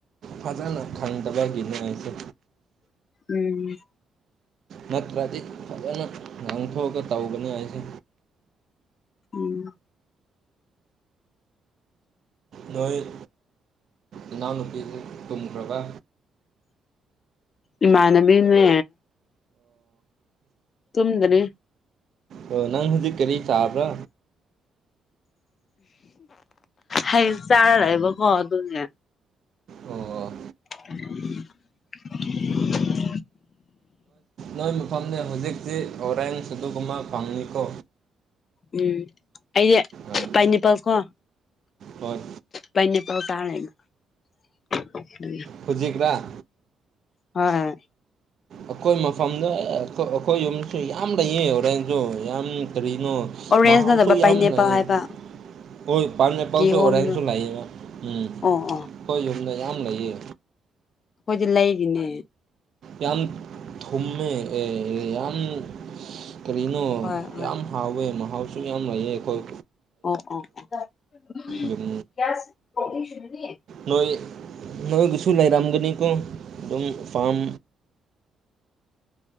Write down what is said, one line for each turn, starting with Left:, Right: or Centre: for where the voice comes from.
Right: ꯐꯖꯅꯥ ꯈꯪꯗꯕꯒꯤꯅꯤ ꯑꯩꯁꯦ
Left: ꯎꯝ
Right: ꯅꯠꯇ꯭ꯔꯗꯤ ꯐꯖꯅꯥ ꯉꯥꯡꯊꯣꯛꯑꯒ ꯇꯧꯒꯅꯤ ꯑꯩꯁꯦ
Left: ꯎꯝ
Right: ꯅꯣꯏ ꯏꯅꯥꯎꯅꯨꯄꯤꯗꯤ ꯇꯨꯝꯈ꯭ꯔꯕꯥ
Left: ꯏꯃꯥꯟꯅꯕꯤꯅꯦ ꯇꯨꯝꯗꯔꯤ
Right: ꯑꯣ ꯅꯪ ꯍꯧꯖꯤꯛ ꯀꯔꯤ ꯆꯥꯕ꯭ꯔꯥ
Left: ꯍꯩ ꯆꯥꯔ ꯂꯩꯕꯀꯣ ꯑꯗꯨꯒꯤ
Right: ꯑꯣ
Left: <unintelligible>
Right: ꯅꯣꯏ ꯃꯐꯝꯗꯤ ꯍꯧꯖꯤꯛꯇꯤ ꯑꯣꯔꯦꯟꯁ ꯑꯗꯨꯝꯃꯥ ꯐꯪꯅꯤꯀꯣ
Left: ꯎꯝ ꯑꯩꯗꯤ
Right: ꯑꯗꯨ
Left: ꯄꯥꯏꯅꯦꯄꯜ꯭ꯁ ꯀꯣ
Right: ꯍꯣꯏ
Left: ꯄꯥꯏꯅꯦꯄꯜ꯭ꯁ ꯆꯥꯔ ꯂꯩꯅꯤ ꯑꯗꯨꯒꯤ
Right: ꯍꯨꯖꯤꯛꯔꯥ
Left: ꯍꯣꯏ
Right: ꯑꯩꯈꯣꯏ ꯃꯐꯝꯗ ꯑꯩꯈꯣꯏ ꯌꯨꯝꯁꯨ ꯌꯥꯝ ꯂꯩꯌ ꯍꯣꯔꯦꯟ ꯗꯣ ꯌꯥꯝ ꯀꯔꯤꯅꯣ
Left: ꯑꯣꯔꯦꯟꯖ
Right: ꯃꯍꯥꯎꯁꯨ
Left: ꯅꯠꯇꯕ
Right: ꯌꯥꯝ
Left: ꯄꯥꯏꯅꯦꯄꯜ
Right: ꯂꯩꯌ‌ꯦ
Left: ꯍꯥꯏꯕ
Right: ꯍꯣꯏ ꯄꯥꯏꯅꯦꯄꯜꯁꯨ
Left: ꯀꯤꯍꯣꯝꯗꯣ
Right: ꯑꯣꯔꯦꯟꯖꯁꯨ ꯂꯩꯌꯦꯕ ꯎꯝ
Left: ꯑꯣ ꯑꯣ
Right: ꯈꯣꯏ ꯌꯨꯝꯗ ꯌꯥꯝ ꯂꯩꯌꯦ
Left: ꯑꯈꯣꯏꯗꯤ ꯂꯩꯔꯤꯅꯦ
Right: ꯌꯥꯝ ꯊꯨꯝꯃꯦ ꯑꯦ ꯌꯥꯝ ꯀꯔꯤꯅꯣ
Left: ꯍꯣꯏ ꯍꯣꯏ
Right: ꯌꯥꯝ ꯍꯥꯎꯋꯦ ꯃꯍꯥꯎꯁꯨ ꯌꯥꯝ ꯂꯩꯌꯦ ꯑꯈꯣꯏ
Left: ꯑꯣ ꯑꯣ
Right: ꯌꯨꯝ
Left: ꯑꯣ
Right: ꯅꯣꯏ ꯅꯣꯏꯒꯤꯁꯨ ꯂꯩꯥꯏꯔꯝꯒꯅꯤꯀꯣ ꯑꯗꯨꯝ ꯐꯥꯝ